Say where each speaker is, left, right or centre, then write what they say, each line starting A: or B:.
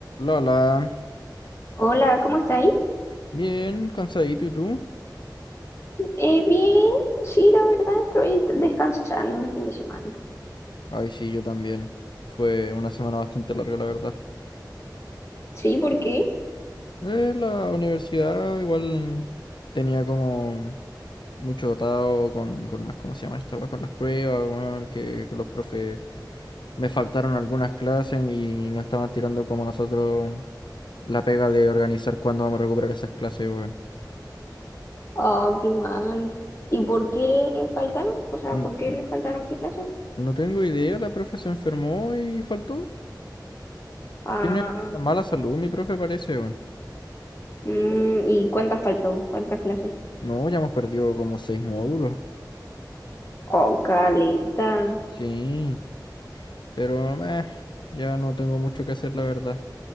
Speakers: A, on the left; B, on the left.
A: Lola,
B: Hola, ¿cómo está ahí?
A: bien, cansadito, ¿y tú?
B: Eh, bien, sí, la verdad estoy descansando el fin de semana.
A: Ay, sí, yo también. Fue una semana bastante larga, la verdad.
B: Sí, ¿por qué?
A: Eh, la universidad igual tenía como mucho atado con, con las, ¿cómo se llama esta weá? Con las pruebas, weón, que los profes me faltaron algunas clases y no estaban tirando como nosotros la pega de organizar cuándo vamos a recuperar esas clases, weón.
B: Ah, qué mal. ¿Y por qué faltaron? O sea,
A: N-
B: ¿por qué
A: n-
B: le faltaron clases?
A: No tengo idea, la profe se enfermó y faltó.
B: Ah,
A: Tiene mala salud, mi profe parece, weón.
B: mm, ¿y cuántas faltó? ¿Cuántas clases?
A: No, ya hemos perdido como seis módulos.
B: Oh, caleta.
A: Sí, pero meh, ya no tengo mucho que hacer, la verdad.